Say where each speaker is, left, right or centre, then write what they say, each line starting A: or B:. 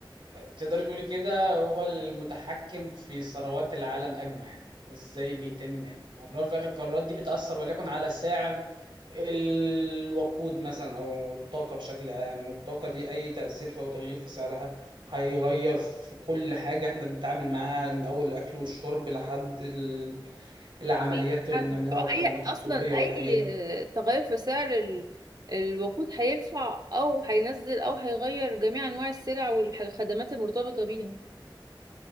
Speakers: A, on the right (about 75°); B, on the right (about 50°).
A: تقدري تقولي كده هو المتحكم في ثروات العالم أجمع يعني ازاي بيتم ما هو في الأول وفي الآخر القرارات دي بتأثر وليكن على سعر الوقود مثلا أو الطاقة بشكل عام والطاقة دي أي تأثير في أو تغيير في سعرها هيغير في كل حاجة احنا بنتعامل معاها من أول الأكل والشرب لحد ال- العمليات
B: في
A: والنموية
B: حد طب اي
A: والخدمات الطبية
B: اصلا
A: والحاجات
B: اي
A: دي
B: تغير في سعر ال- الوقود هيرفع او هينزل او هيغير جميع انواع السلع والخدمات المرتبطه بيها